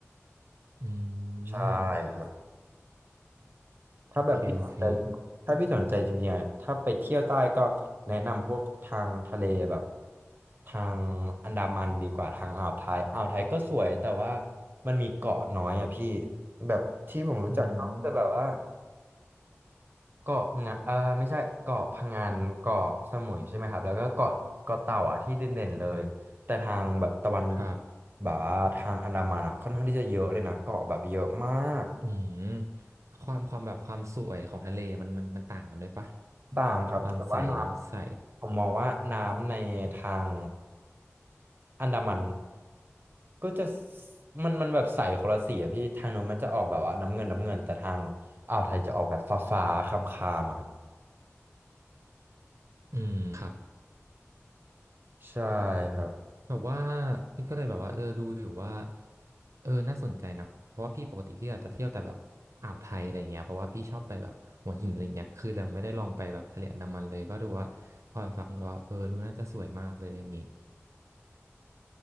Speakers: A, on the right (about 85°); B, on the right (about 45°).
A: อืม
B: ใช่ครับ ถ้าแบบพี่สนใจจริงถ้าพี่สนใจจริงๆอะถ้าไปเที่ยวใต้ก็แนะนำพวกทางทะเลแบบ
A: โอเคโอเค
B: ทางอันดามันดีกว่าทางอ่าวไทยอ่าวไทยก็สวยแต่ว่ามันมีเกาะน้อยอ่ะพี่แบบที่ผมรู้จักก็จะแบบว่า
A: อืม
B: เกาะงะเออไม่ใช่เกาะพะงันเกาะสมุยใช่ไหมครับแล้วก็เกาะเกาะเต่าอ่ะที่เด่นๆเลยแต่ทางแบบตะวัน
A: ครับ
B: แบบว่าทางอันดามันอ่ะค่อนข้างที่จะเยอะเลยนะเกาะแบบเยอะมาก
A: อืมความความแบบความสวยของทะเลมันมันมันต่างกันด้วยปะ
B: ต่างครับแต่ว่าน้ำผมมองว่าน้ำในทาง
A: ความใสน้ำใส
B: อันดามันก็จะมันมันแบบใสคนละสีอะพี่ทางโน้นมันจะออกแบบว่าน้ำเงินน้ำเงินแต่ทางอ่าวไทยจะออกแบบฟ้าฟ้าคามคามๆอะครับ
A: อืมครับ
B: ใช่ครับ
A: แบบว่าพี่ก็เลยแบบว่าเออดูอยู่ว่าเออน่าสนใจนะเพราะว่าพี่ปกติพี่อาจจะเที่ยวแต่แบบอ่าวไทยอะไรเงี้ยเพราะว่าพี่ชอบไปแบบหัวหินอะไรเงี้ยคือยังไม่ได้ลองไปแบบทะเลอันดามันเลยก็ดูว่าพอฟังก็เออดูน่าจะสวยมากเลยอย่างงี้